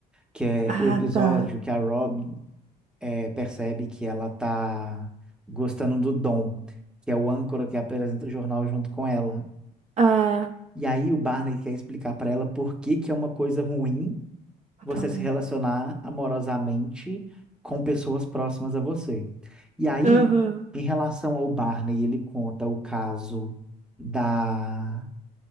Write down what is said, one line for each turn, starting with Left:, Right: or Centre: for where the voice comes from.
Centre: que é
Right: Ah,
Centre: o episódio
Right: tá.
Centre: que a Robin eh, percebe que ela tá gostando do Dom, que é o âncora que apresenta o jornal junto com ela.
Right: Ah,
Centre: E aí o Barney quer explicar pra ela por que que é uma coisa ruim você
Right: também.
Centre: se relacionar amorosamente com pessoas próximas a você. E aí,
Right: Aham.
Centre: em relação ao Barney, ele conta o caso da